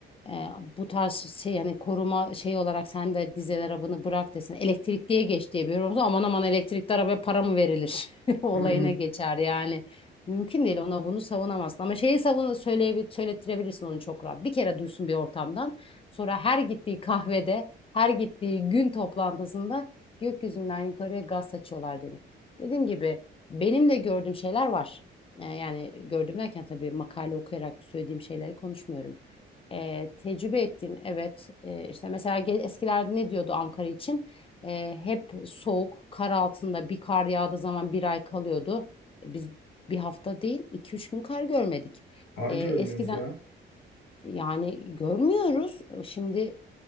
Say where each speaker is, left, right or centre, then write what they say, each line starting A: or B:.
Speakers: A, on the left; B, on the left.
A: E, bu tarz şey hani koruma şey olarak sen de dizel arabanı bırak desin. Elektrikliye geç diye bir yorum olsa, aman aman elektrikli arabaya para mı verilir? <laughs> Olayına
B: <laughs>
A: geçer yani. Mümkün değil ona bunu savunamazsın. Ama şeyi savun söyleye söylettirebilirsin onu çok rahat. Bir kere duysun bir ortamdan. Sonra her gittiği kahvede, her gittiği gün toplantısında gökyüzünden yukarıya gaz saçıyorlar denir. Dediğim gibi benim de gördüğüm şeyler var. Ee, yani gördüm derken tabii makale okuyarak söylediğim şeyleri konuşmuyorum. Ee, tecrübe ettiğim evet e, işte mesela ge- eskilerde ne diyordu Ankara için? Ee, hep soğuk, kar altında bir kar yağdığı zaman bir ay kalıyordu. E, Biz bir hafta değil, iki üç gün kar görmedik.
B: Kar
A: Ee,
B: görmüyoruz
A: eskiden
B: ya.
A: yani görmüyoruz. Şimdi